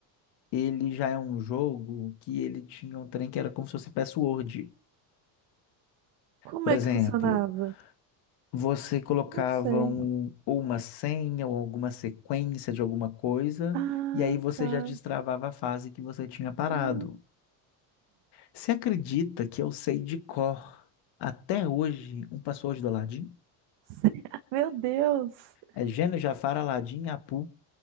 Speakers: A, on the left; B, on the right.
A: ele já é um jogo que ele tinha um trem que era como se fosse password.
B: como
A: Por
B: é
A: exemplo,
B: que funcionava?
A: Você colocava
B: Eu Não sei.
A: um, ou uma senha ou alguma sequência de alguma coisa,
B: Ah,
A: e aí você
B: tá.
A: já destravava a fase que você tinha parado.
B: Hum,
A: Você acredita que eu sei de cor até hoje um password do Aladdin?
B: sei. <laughs> Meu Deus.
A: É Gênio, Jafar, Aladdin, Apu.